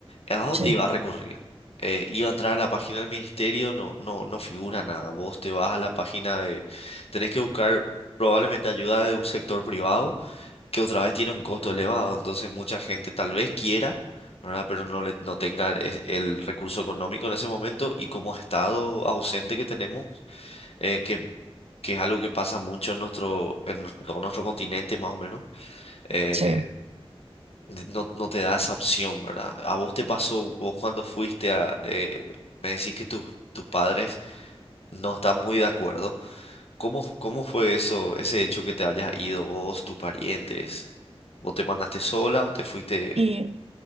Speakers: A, on the left (about 75°); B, on the right (about 80°).
A: ¿A dónde
B: Sí,
A: iba a recurrir? Eh, iba a entrar a la página del ministerio, no, no, no figura nada. Vos te vas a la página de... Tenés que buscar probablemente ayuda de un sector privado que otra vez tiene un costo elevado. Entonces mucha gente tal vez quiera, ¿verdad? Pero no, le, no tenga es- el recurso económico en ese momento y como estado ausente que tenemos, eh, que, que es algo que pasa mucho en nuestro, en nuestro- todo nuestro continente más o menos, eh,
B: sí.
A: de- no, no te da esa opción, ¿verdad? ¿A vos te pasó, vos cuando fuiste a, eh, me decís que tus tus padres no están muy de acuerdo? ¿Cómo, cómo fue eso, ese hecho que te hayas ido vos, tus parientes? ¿O te mandaste sola o te fuiste?
B: Y